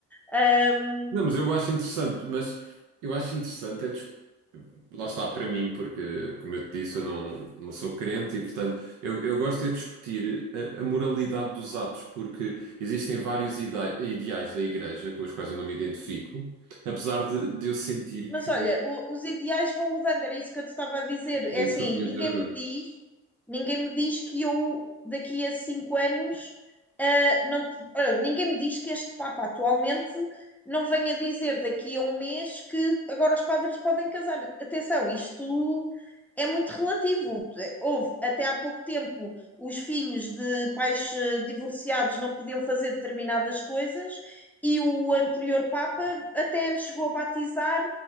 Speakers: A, in the centre; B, on the right.
A: Ahm,
B: Não, mas eu acho interessante, mas eu acho interessante é discutir. Lá está para mim, porque, como eu te disse, eu não, não sou crente e, portanto, eu, eu gosto é de discutir a, a moralidade dos atos, porque existem vários ida- ideais da Igreja com os quais eu não me identifico, apesar de, de eu sentir
A: Mas
B: que.
A: olha, o- os ideais vão mudando, era isso que eu te estava a dizer. É
B: É isso
A: assim,
B: que eu vinha
A: ninguém
B: dizer agora.
A: me diz, ninguém me diz que eu daqui a cinco anos, ah, não, te- olha, ninguém me diz que este Papa atualmente não venha dizer daqui a um mês que agora os padres podem casar. Atenção, isto é muito relativo. Houve até há pouco tempo os filhos de pais eh, divorciados não podiam fazer determinadas coisas e o anterior Papa até chegou a batizar